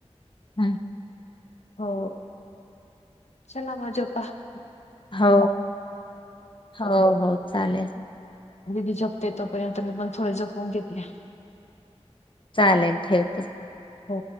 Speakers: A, on the left; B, on the left.
A: हा
B: हो -चला मजा पहा -
A: हो, हो, हो चालेल
B: दिदी झोपतेत तोपर्यंत मी पण थोडे झोपून घेतले.
A: चालेल ठेवते.
B: हो